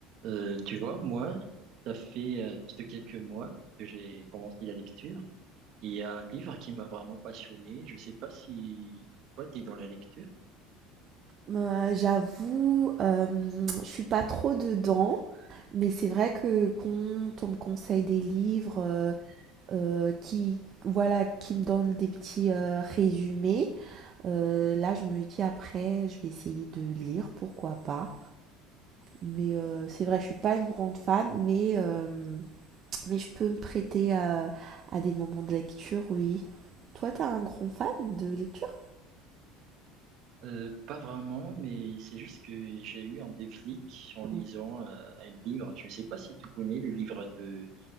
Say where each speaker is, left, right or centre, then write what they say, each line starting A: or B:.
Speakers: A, on the right; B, on the right.
A: Euh, tu vois, moi, ça fait euh, juste quelques mois que j'ai commencé la lecture. Il y a un livre qui m'a vraiment passionné. Je sais pas si toi, tu es dans la lecture.
B: Heu, j'avoue, hem, je suis pas trop dedans, mais c'est vrai que quand on me conseille des livres, heu heu, qui voilà, qui me donnent des petits, heu, résumés, heu, là, je me dis après, je vais essayer de lire, pourquoi pas. Mais heu, c'est vrai, je suis pas une grande fan, mais hem, mais je peux me prêter à à des moments de lecture, oui. Toi, t'as un grand fan de lecture?
A: Euh, pas vraiment, mais c'est juste que j'ai eu un déclic en
B: Mmh.
A: lisant euh, un livre. Je sais pas si tu connais le livre de